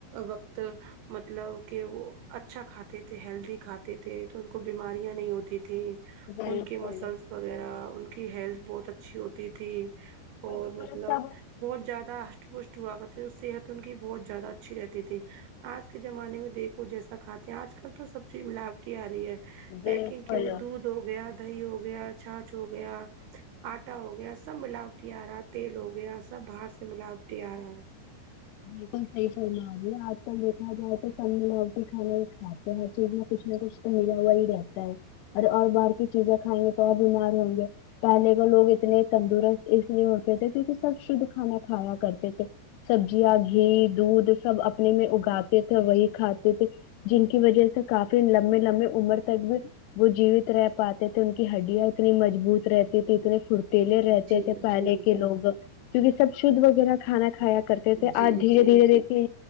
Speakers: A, on the right; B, on the left.
A: وقت مطلب کہ وہ اچھا کھاتے تھے ہیلدی کھاتے تھے تو ان کو بیماریاں نہیں ہوتی تھیں
B: بالکل
A: ان کی مسلس وغیرہ ان کی ہیلتھ بہت اچھی ہوتی تھی
B: کیونکہ
A: اور مطلب
B: وہ لوگ سب
A: بہت زیادہ اشٹ پشٹ ہوا کرتے صحت ان کی بہت زیادہ اچھی رہتی تھی آج کے زمانے میں دیکھو جیسا کھاتے ہیں آج کل تو سب چیز ملا وٹی آ رہی ہے پیکنگ
B: بالکل
A: کی دودھ ہو گیا دہی ہو گیا چھانچ ہو گیا آٹا ہو گیا سب ملاوٹی آ رہا ہے تیل ہو گیا سب باہر سے ملاوٹی آ رہا ہے
B: بالکل صحیح فرما رہی ہے آج کل دیکھا جائے تو سب ملاوٹی کھانیں کھاتے ہیں تو اس میں کچھ نہ کچھ تو ملا ہوا ہی رہتا ہے اری اور باہر کی چیزیں کھائیں گے تو اور بیمار ہوں گے پہلے کے لوگ اتنے تندرست اس لیے ہوتے تھے کیونکہ سب شدھ کھانا کھایا کرتے تھے یا گھی دودھ سب اپنے میں اگاتے تھے وہی کھاتے تھے جن کی وجہ سے کافی لمبے لمبے عمر تک بھی وہ جیوت رہ پاتے تھے ان کی ہڈیاں اتنی مضبوت رہتی تھی اتنی فتی لے رہتے
A: جی
B: تھے پہلے
A: جی
B: کے
A: جی
B: لوگ کیونکہ سب شدھ وغیرہ کھانا کھایا کرتے تھے
A: جی
B: آج دھیرے
A: جی
B: دھیرے دیکتے